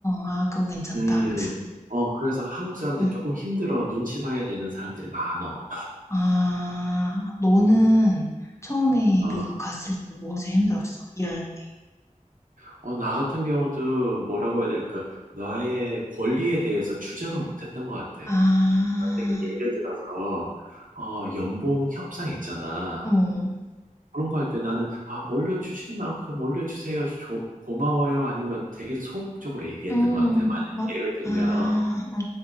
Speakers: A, on the left (about 20°); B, on the right (about 85°).
A: 아 그거 괜찮다.
B: 음, 어, 그래서 한국 사람들이
A: 어.
B: 조금 힘들어 눈치 봐야 되는 사람들이 많어.
A: 아 너는 처음에
B: 어,
A: 미국 갔을 때 뭐가 제일 힘들었어? 일할 때.
B: 어, 나 같은 경우도 뭐라고 해야 될까? 나의 권리에 대해서 주장을 못했던 것 같아.
A: 아.
B: 만약에 예를 들어서 어, 연봉 협상 있잖아.
A: 어.
B: 그런 거 할 때 나는 아, 올려주시는 만큼 올려주세요. 조- 고마워요. 아니면 되게 소극적으로 얘기했던
A: 음.
B: 것 같아. 만약에
A: 맞
B: 예를 들면
A: 아. 어.